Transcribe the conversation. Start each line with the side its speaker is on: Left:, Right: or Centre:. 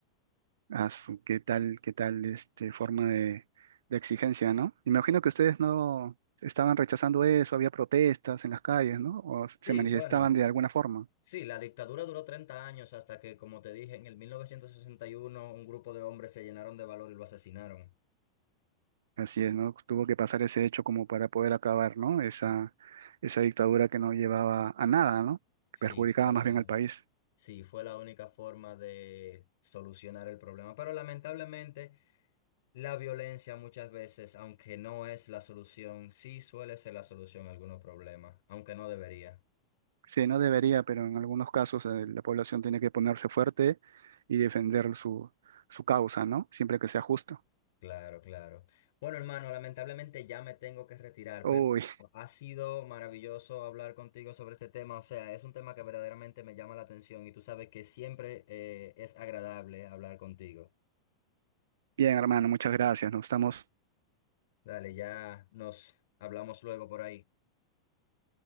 Right: Ah, su, qué tal, qué tal este, forma de, de exigencia, ¿no? Imagino que ustedes no estaban rechazando eso, había protestas en las calles, ¿no? O se
Left: Sí,
Right: manifestaban
Left: bueno,
Right: de alguna forma.
Left: sí, la dictadura duró 30 años hasta que, como te dije, en el 1961 un grupo de hombres se llenaron de valor y lo asesinaron.
Right: Así es, ¿no? Pues, Tuvo que pasar ese hecho como para poder acabar, ¿no? Esa, esa dictadura que no llevaba a nada, ¿no?
Left: Sí,
Right: Que perjudicaba
Left: fue la,
Right: más bien al país.
Left: sí, fue la única forma de solucionar el problema. Pero lamentablemente la violencia muchas veces, aunque no es la solución, sí suele ser la solución a algunos problemas, aunque no debería.
Right: Sí, no debería, pero en algunos casos eh, la población tiene que ponerse fuerte y defender su, su causa, ¿no? Siempre que sea justo.
Left: Claro, claro. Bueno, hermano, lamentablemente ya me tengo que retirar,
Right: Uy,
Left: pero ha sido maravilloso hablar contigo sobre este tema. O sea, es un tema que verdaderamente me llama la atención y tú sabes que siempre eh, es agradable hablar contigo.
Right: bien, hermano, muchas gracias. Nos estamos
Left: Dale, ya nos hablamos luego por ahí.